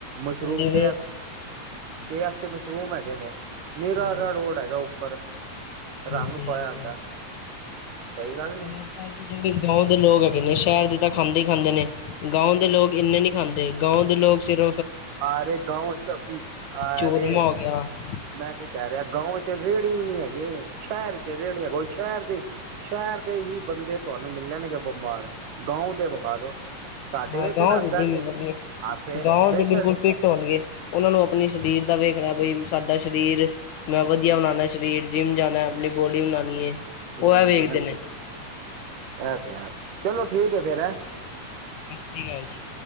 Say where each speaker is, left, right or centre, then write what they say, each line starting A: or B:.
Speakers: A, on the right; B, on the left.
A: ਮਸ਼ਰੂਮ
B: ਜਿਵੇਂ
A: ਕੇ ਕੇ ਐਫ ਸੀ ਮਸ਼ਰੂਮ ਹੈਗੇ ਨੇ ਨੀਰਾ
B: ਹਾਂਜੀ
A: ਰੋਡ ਹੈਗਾ ਉੱਪਰ ਰੰਗ
B: ਹਾਂਜੀ
A: ਪਾਇਆ ਹੁੰਦਾ ਸਹੀ ਗੱਲ ਨੀ
B: ਹੁਣ ਅੱਜ ਕੱਲ੍ਹ ਦੇ ਜਿਵੇਂ ਗਾ ਦੇ ਲੋਕ ਹੈ ਹੈਗੇ ਨੇ ਸ਼ਹਿਰ ਦੇ ਤਾਂ ਖਾਂਦੇ ਹੀ ਖਾਂਦੇ ਨੇ ਗਾਉਂ ਦੇ ਲੋਕ ਇੰਨੇ ਨੀ ਖਾਂਦੇ ਗਾਓ ਦੇ ਲੋਕ ਸਿਰ
A: ਅਰੇ ਗਾਓ ਚ ਆਰੇ
B: ਚੂਰਮਾ ਹੋ ਗਿਆ
A: ਮੈਂ ਕੀ ਕਹਿ ਰਿਹਾ ਗਾਂਓ ਰੇੜੀ ਵੀ ਨਹੀਂ ਹੈਗੀ ਸ਼ਹਿਰ ਚ ਏ ਰੇੜੀ ਦੇਖੋ ਸ਼ਹਿਰ ਦੇਹੀ ਬੰਦੇ ਤੁਹਾਨੂੰ ਮਿਲਣੇ ਨੇਗੇ ਬਿਮਾਰ ਗਾਊ ਦੇ ਵਿਖਾ ਦੋ। ਸਾਡੇ
B: ਹਾਂ
A: ਵੇਖ
B: ਗਾਉ
A: ਨਾ
B: ਦੇ
A: <unintelligible>
B: ਜਿੰਮ ਵਧੀਆ ਗਾਉ ਦੇ ਬਿਲਕੁਲ ਫਿੱਟ ਹੋਣਗੇ ਉਹਨਾਂ ਨੂੰ ਆਪਣੇ ਸਰੀਰ ਦਾ ਵੇਖਣਾ ਬਈ ਸਾਡਾ ਸਰੀਰ ਮੈਂ ਵਧੀਆ ਬਨਾਨਾ ਸ਼ਰੀਰ। ਜਿੰਮ ਜਾਣਾ ਆਪਣੀ ਬੋਡੀ ਬਣਾਣੀ ਹੈ
A: ਹੂੰ
B: ਉਹ ਏਹ ਵੇਖਦੇ
A: ਇਹ
B: ਨੇ।
A: ਤੇ ਇਹ ਤੇ ਹੈ ਚਲੋ ਠੀਕ ਹੈ ਫੇਰ ਹੈ।
B: ਸਸ ਸ੍ਰੀ ਕਾਲ ਜੀ।